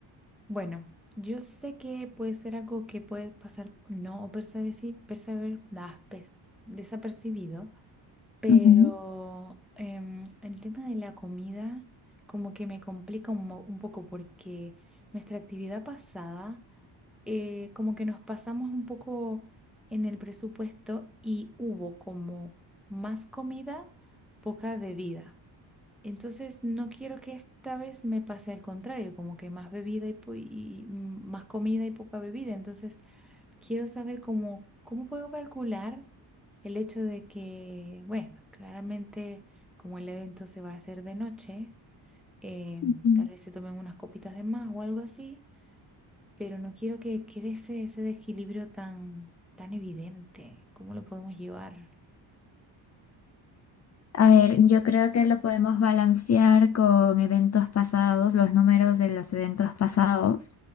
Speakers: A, in the centre; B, on the left.
A: Bueno, yo sé que puede ser algo que puede pasar no percibir, percibir, desapercibido, Pero
B: Ujú,
A: em, el tema de la comida como que me complica un, mo- un poco porque nuestra actividad pasada eh, como que nos pasamos un poco en el presupuesto y hubo como más comida, poca bebida. Entonces no quiero que esta vez me pase al contrario, como que más bebida y, po- y- y, mm, más comida y poca bebida. Entonces Quiero saber cómo, cómo puedo calcular el hecho de que, bueno, claramente como el evento se va a hacer de noche, eh,
B: ujú.
A: tal vez se tomen unas copitas de más o algo así, pero no quiero que quede ese, ese desequilibrio tan, tan evidente. ¿Cómo lo podemos llevar?
B: A ver, yo creo que lo podemos balancear con eventos pasados, los números de los eventos pasados,